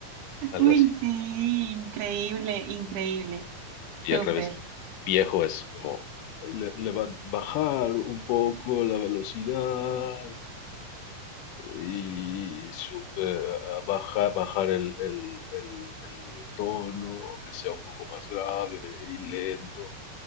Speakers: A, on the right; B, on the left.
A: <laughs>
B: Algo
A: Uy,
B: así.
A: sí, increíble, increíble.
B: Y
A: Súper.
B: al revés, viejo es como le, le va a bajar un poco la velocidad y su- eh, a baja- bajar el, el- el- el tono, que sea un poco más grave y lento.